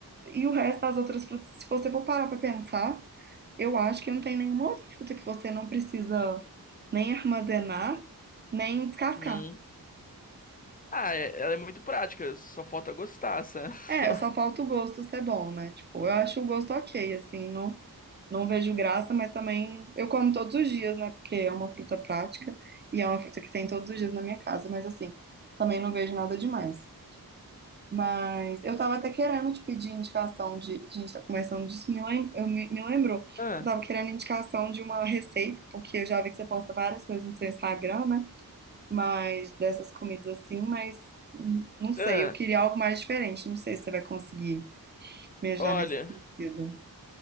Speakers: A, on the right; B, on the left.
A: E o resto das outras frutas, se você for parar pra pensar, eu acho que não tem nenhuma outra fruta que você não precisa nem armazenar, nem descascar.
B: Uhum. Ah, é- ela é muito prática, só falta gostar, sabe?
A: É,
B: <laughs>
A: só falta o gosto ser bom, né? Tipo, eu acho o gosto ok, assim, não, não vejo graça, mas também eu como todos os dias, né? Porque é uma fruta prática e é uma fruta que tem todos os dias na minha casa, mas assim, também não vejo nada demais. Mas eu tava até querendo te pedir indicação de. A gente tá conversando disso, me, lem- eu, me, me lembrou.
B: Ah,
A: Eu tava querendo indicação de uma receita, porque eu já vi que você posta várias coisas no seu Instagram, né? Mas dessas comidas assim, mas hum, não sei,
B: ah,
A: eu queria algo mais diferente, não sei se você vai conseguir me ajudar
B: olha,
A: nesse sentido.